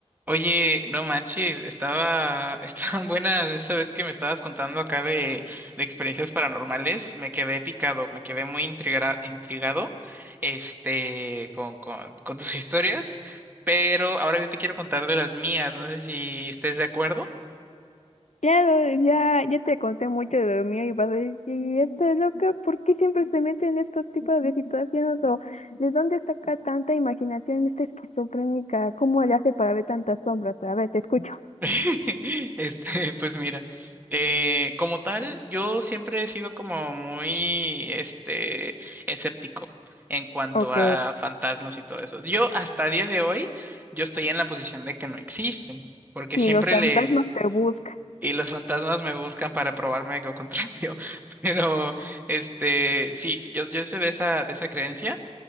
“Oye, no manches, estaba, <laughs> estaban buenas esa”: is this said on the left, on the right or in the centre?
Right